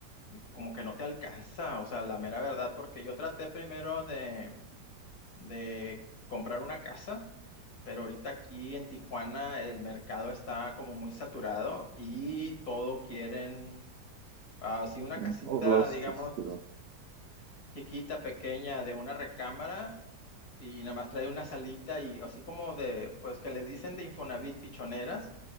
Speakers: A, on the left (about 60°); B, on the right (about 70°).
A: como que no te alcanza, o sea, la mera verdad, porque yo traté primero de, de comprar una casa, pero ahorita aquí en Tijuana el mercado está como muy saturado y todo quieren, así una
B: En
A: casita,
B: todos lados estás
A: digamos,
B: saturado.
A: chiquita, pequeña, de una recámara y nada más trae una salita y así como de, pues que les dicen de Infonavit pichoneras,